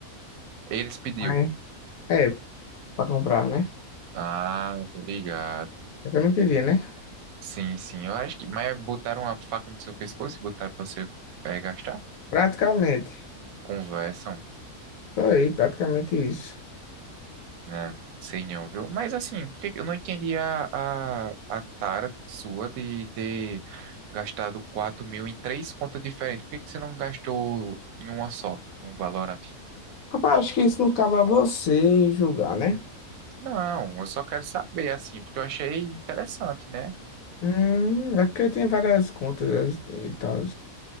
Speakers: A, on the right; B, on the left.
A: eles pediu.
B: Mas, é, pra comprar, né?
A: Ah, tô ligado.
B: É que eu não queria, né?
A: Sim, sim, eu acho que. Mas botaram a faca no seu pescoço e botaram pra você eh, gastar?
B: Praticamente.
A: Conversam,
B: Foi praticamente isso.
A: né? Sei não, viu? Mas assim, por que que- eu não entendi a, a, a tara sua de ter gastado quatro mil em três contas diferentes. Por que que você não gastou em uma só, um Valorant?
B: Rapaz, acho que isso não cabe a você julgar, né?
A: Não, eu só quero saber, assim, porque eu achei interessante, né?
B: Hum, é porque eu tenho várias contas e tal.